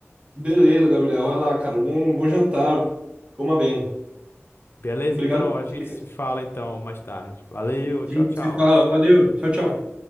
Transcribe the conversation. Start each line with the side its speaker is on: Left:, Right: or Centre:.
Right: Beleza, Gabriel. Vai lá, cara. Bom, bom jantar. Coma bem.
Left: Beleza,
Right: Obrigado
Left: então,
Right: pelas
Left: a gente
Right: dicas.
Left: se fala então mais tarde. Valeu,
Right: A
Left: tchau,
Right: gente
Left: tchau.
Right: se fala. Valeu. Tchau, tchau.